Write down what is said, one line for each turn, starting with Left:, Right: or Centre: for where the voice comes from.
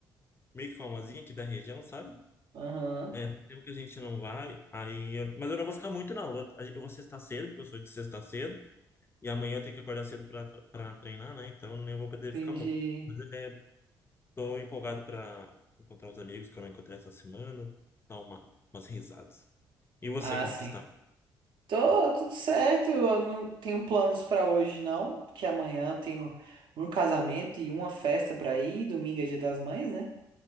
Left: meio que famosinho aqui da região, sabe?
Right: Aham,
Left: É, faz tempo que a gente não vai, aí eu- mas eu não vou ficar muito, não. Eu vou, a gente- eu vou sextar cedo, porque eu sou de sexta cedo. E amanhã eu tenho que acordar cedo para para treinar, né? Então eu vou poder
Right: entendi.
Left: ficar muito. Mas é, tô empolgado para encontrar os amigos que eu não encontrei essa semana, dar uma, umas risadas. E você,
Right: Ah,
Left: como
Right: sim.
Left: que está?
Right: Tô tudo certo, eu não tenho planos pra hoje não, porque amanhã eu tenho um casamento e uma festa pra ir, domingo é Dia das Mães, né?